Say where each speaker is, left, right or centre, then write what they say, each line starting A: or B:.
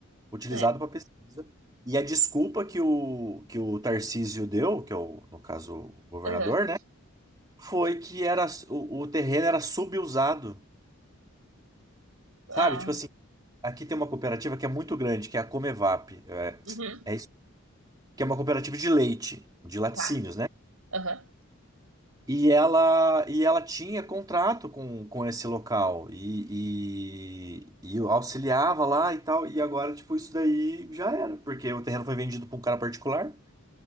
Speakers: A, on the right (about 20°); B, on the right (about 70°).
A: utilizado
B: é.
A: para pesquisa. E a desculpa que o, que o Tarcísio deu, que é o, no caso, o governador,
B: Uhum.
A: né? Foi que era, o, o terreno era subusado,
B: Ah,
A: sabe? Tipo assim, aqui tem uma cooperativa que é muito grande, que é a Comevap. É,
B: uhum,
A: é isso, que é uma cooperativa de leite, de laticínios,
B: Tá.
A: né?
B: aham.
A: E ela, e ela tinha contrato com, com esse local e, e, e eu auxiliava lá e tal. E agora, tipo, isso daí já era, porque o terreno foi vendido para um cara particular.